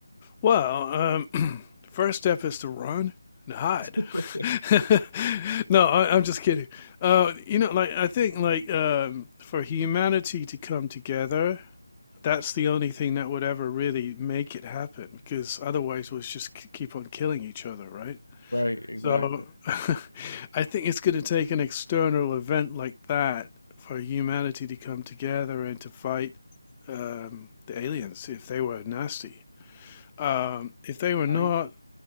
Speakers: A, on the left; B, on the left.
A: Well, um, <clears throat> the first step is to run and hide.
B: <laughs>
A: <laughs> no, I, I'm just kidding. Uh, you know, like I think, like um, for humanity to come together, that's the only thing that would ever really make it happen. Because otherwise, we'll just k- keep on killing each other, right?
B: Right, exactly.
A: So, <laughs> I think it's going to take an external event like that for humanity to come together and to fight um, the aliens if they were nasty. Um, if they were not,
B: I